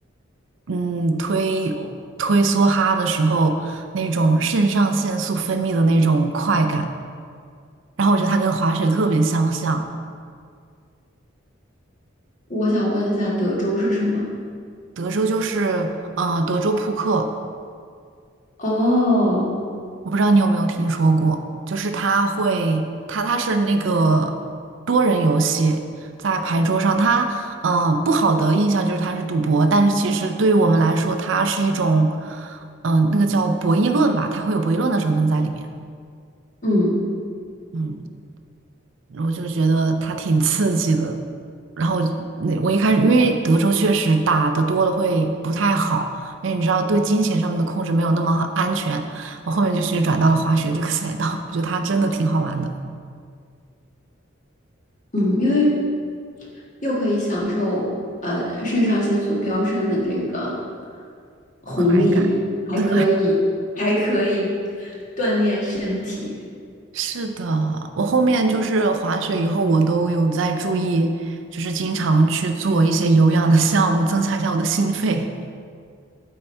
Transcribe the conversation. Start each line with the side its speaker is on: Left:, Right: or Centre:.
Right: 嗯，推推梭哈的时候，那种肾上腺素分泌的那种快感，然后我觉得它跟滑雪特别相像。
Left: 我想问一下，德州是什么？
Right: 德州就是，呃，德州扑克，
Left: 哦，
Right: 我不知道你有没有听说过，就是它会，它它是那个多人游戏，在牌桌上，它，嗯、呃，不好的印象就是它是赌博，但是其实对于我们来说，它是一种，嗯、那个叫博弈论吧，它会有博弈论的成分在里面。
Left: 嗯
Right: 嗯。我就觉得它挺刺激的。然后那我一开始，因为德州确实打的多了会不太好，因为你知道对金钱上面的控制没有那么安全。我后面就是转到了滑雪这个赛道，我觉得它真的挺好玩的，
Left: 嗯，因为又可以享受呃肾上腺素飙升的这个红利，
Right: 快感。
Left: 还可以还可以
Right: 对，
Left: 锻炼身体。
Right: 是的，我后面就是滑雪以后，我都有在注意，就是经常去做一些有氧的项目，增强一下我的心肺。